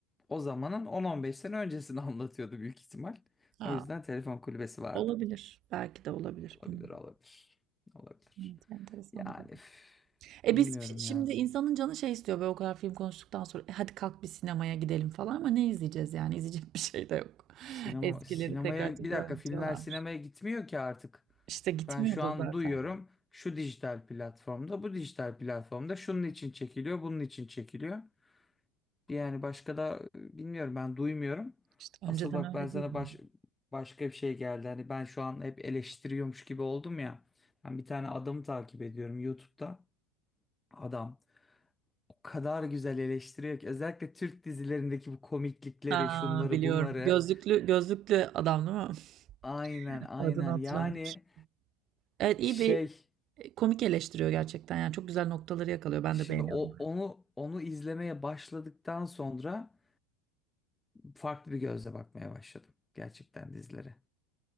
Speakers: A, on the left; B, on the right.
A: o zamanın 10-15 sene öncesini <laughs> anlatıyordu büyük ihtimal.
B: Ha,
A: O yüzden telefon kulübesi vardı.
B: olabilir. Belki de olabilir.
A: Olabilir
B: Bilmiyorum.
A: olabilir. Olabilir.
B: Evet, enteresandı.
A: Yani üf,
B: E
A: bilmiyorum
B: biz şimdi
A: ya.
B: insanın canı şey istiyor böyle o kadar film konuştuktan sonra "E hadi kalk bir sinemaya gidelim falan ama ne izleyeceğiz yani izleyecek bir şey de yok.
A: Sinema
B: <laughs> Eskileri
A: sinemaya
B: tekrar tekrar
A: bir dakika
B: oynatıyorlarmış.
A: filmler sinemaya gitmiyor ki artık.
B: İşte gitmiyor
A: Ben şu
B: da
A: an
B: zaten.
A: duyuyorum şu dijital platformda, bu dijital platformda şunun için çekiliyor, bunun için çekiliyor. Yani başka da e, bilmiyorum ben duymuyorum.
B: İşte
A: Asıl
B: önceden
A: bak
B: öyle
A: ben sana
B: değildi.
A: baş, başka bir şey geldi. Hani ben şu an hep eleştiriyormuş gibi oldum ya. Ben bir tane adamı takip ediyorum YouTube'da. Adam o kadar güzel eleştiriyor ki özellikle Türk dizilerindeki bu komiklikleri,
B: Aa,
A: şunları,
B: biliyorum.
A: bunları.
B: Gözlüklü gözlüklü adam değil mi?
A: Aynen
B: <laughs>
A: aynen
B: Adını hatırlamadım
A: yani
B: şimdi. Evet iyi
A: şey
B: bir e, komik eleştiriyor gerçekten yani çok güzel noktaları yakalıyor. Ben
A: şimdi
B: de beğeniyorum.
A: o, onu onu izlemeye başladıktan sonra farklı bir gözle bakmaya başladım gerçekten dizilere.